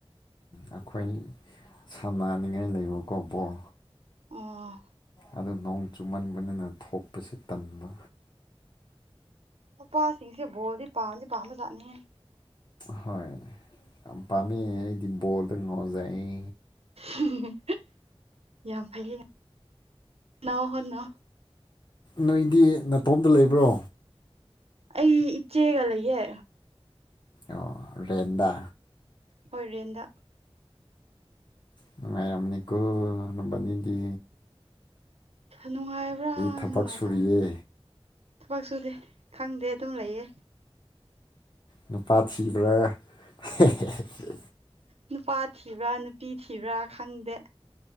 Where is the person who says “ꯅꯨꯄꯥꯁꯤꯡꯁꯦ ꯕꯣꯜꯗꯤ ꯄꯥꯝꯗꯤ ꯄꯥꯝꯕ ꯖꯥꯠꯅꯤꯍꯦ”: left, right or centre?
Right